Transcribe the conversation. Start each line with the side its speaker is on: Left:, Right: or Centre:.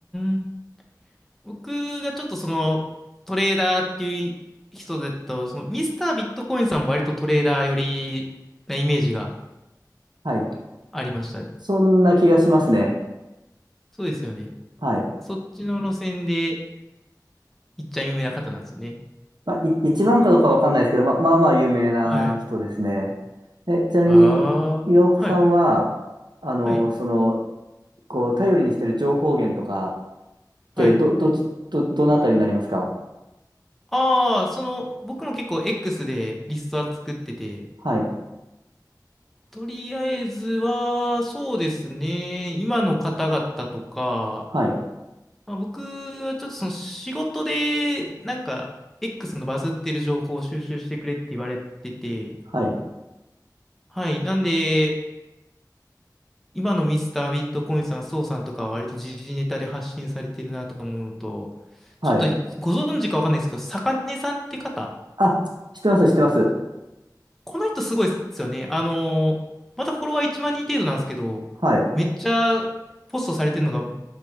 Centre: ん。僕がちょっとその、トレーダーっていう人だと、その、ミスタービットコインさんも割とトレーダー寄りなイメージが
Right: はい。
Centre: ありましたね。
Right: そんな気がしますね。
Centre: そうですよね。
Right: はい。
Centre: そっちの路線で、いっちゃん有名な方なんですね。
Right: まあ、い一番かどうかわかんないですけど、まあ、まあまあ有名な人ですね。
Centre: はい。
Right: え、ちなみに、
Centre: はあ。
Right: 岩岡さんは、
Centre: はい。
Right: あの、
Centre: はい。
Right: その、こう、頼りにしてる情報源とかって、
Centre: はい。
Right: ど、どっち、ど、どのあたりになりますか
Centre: ああ、その、僕も結構 X でリストは作ってて、
Right: はい、
Centre: とりあえずは、そうですね、今の方々とか、
Right: はい、
Centre: まあ、僕はちょっとその仕事で、なんか、X のバズってる情報を収集してくれって言われてて、
Right: はい、
Centre: はい。なんで、今のミスタービットコインさん、ソウさんとかは割と時事ネタで発信されてるなと思うのと、
Right: はい。
Centre: ちょっとご存知かわかんないですけど、坂根さんって方、
Right: あ、知ってます、知ってます。
Centre: この人すごいですよね。あのーまたフォロワー1万人程度なんですけど、
Right: はい、
Centre: めっちゃポストされてるのが